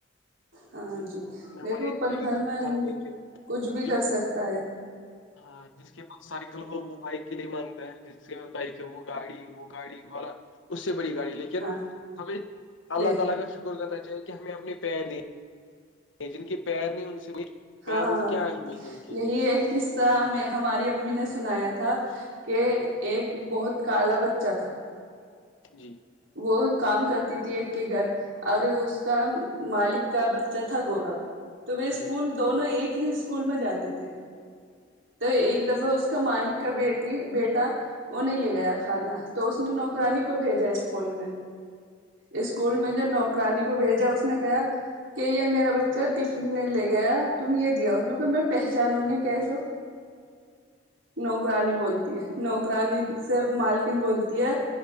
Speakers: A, on the right; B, on the left.
A: ہاں جی دیکھو
B: ہمارے یہاں
A: پل
B: تو یہی
A: بھر میں
B: ہوتا ہے کہ
A: کچھ بھی
B: جو
A: کر سکتا ہے
B: ہاں جس کے پاس سائیکل ہو وہ بائک کے لیے مانگتا ہے جس کے بائک وہ گاڑی وہ گاڑی والا اس سے بڑی گاڑی لیکن
A: ہاں
B: ہمیں
A: ب
B: اللہ تعالی کا شکر کرنا چاہیے کہ ہمیں اپنے پیر دی جن کے پیر نہیں ان سے بھی پیروں
A: ہاں
B: کیا اہمی ہیں ان کے
A: یہی
B: لیے
A: ایک قصہ ہمیں ہماری امی نے سنایا تھا کہ ایک بہت کالا بچہ تھا
B: جی
A: وہ کام کرتی تھی ایک کے گھر اور اس کا مالک کا بچہ تھا گورا تو وہ اسکول
B: جی
A: دونوں ایک ہی اسکول میں جاتے تھے تو
B: جی
A: ایک دفعہ اس اس کا مالک کا بیٹی بیٹا وہ نہیں لے گیا کھانا تو اس نے نوکرانی کو بھیجا اس اسکول میں اسکول میں جو نوکرانی کو بھیجا اس نے کہا کہ یہ میرا بچہ ٹفن نہیں لے گیا تم یہ دیا ان لو کو میں پہچانوں گی کیسو نوکرانی بولتی ہے نوکرانی سے مالکن بولتی ہے